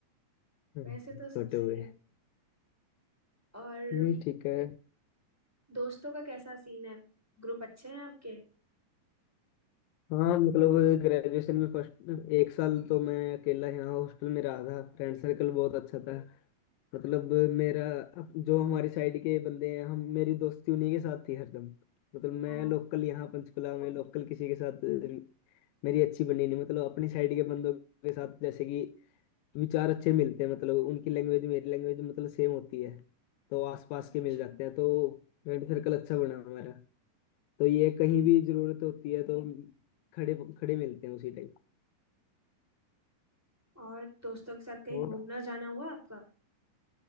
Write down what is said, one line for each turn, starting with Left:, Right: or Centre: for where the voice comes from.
Left: हम्म,
Centre: वैसे तो सब
Left: छोटे
Centre: सही
Left: हुए
Centre: है और
Left: नहीं ठीक है
Centre: दोस्तों का कैसा सीन है ग्रुप अच्छे हैं आपके
Left: हाँ मतलब ग्रेजुएशन में फर्स्ट एक साल तो मैं अकेला यहाँ हॉस्टल में रहा था फ्रेंड सर्कल बहुत अच्छा था मतलब मेरा अप- जो हमारी साइड के बंदे हैं हम मेरी दोस्ती उन्हीं के साथ थी हरदम मतलब मैं
Centre: ओ
Left: लोकल यहाँ पंचकुला में लोकल किसी के साथ मेरी अच्छी बनी नहीं मतलब अपनी साइड के बंदों के साथ जैसे कि विचार अच्छे मिलते हैं मतलब उनकी लैंग्वेज मेरी लैंग्वेज मतलब सेम होती है तो आसपास
Centre: अच्छा
Left: के मिल जाते हैं तो फ्रेंड सर्कल अच्छा बना हमारा तो ये
Centre: सही
Left: कहीं
Centre: है
Left: भी जरूरत होती है तो खड़े खड़े मिलते हैं उसी टाइप
Centre: और दोस्तों के साथ कहीं
Left: और
Centre: घूमना जाना हुआ आपका